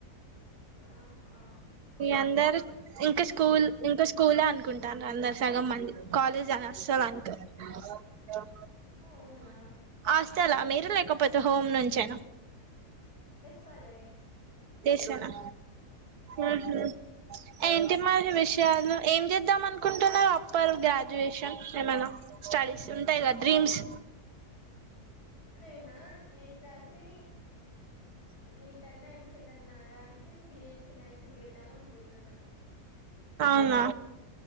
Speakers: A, on the left; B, on the right.
A: ఆ ఆ
B: మీ అందరు ఇంకా స్కూల్ ఇంకా స్కూలే అనుకుంటారు అందరు సగం మంది కాలేజ్ అన అసలనుకోరు
A: అవునా
B: హాస్టలా మీరు లేకపోతే హోమ్ నుంచేనా
A: కాలే
B: చేసేనా మ్ హు ఏంటి మరి విషయాలు ఏం చేద్దాం అనుకుంటున్నారు అప్పల్ గ్రాడ్యుయేషన్ ఏమన్నా స్టడీస్ ఉంటాయిగా డ్రీమ్స్
A: నేనా నీట్ రాసీ నీట్ అన్నా ఎం సెట్ అన్న రాసి బిఎస్సీ నర్సింగ్ చేద్దాం అనుకుంటున్నా
B: అవ్నా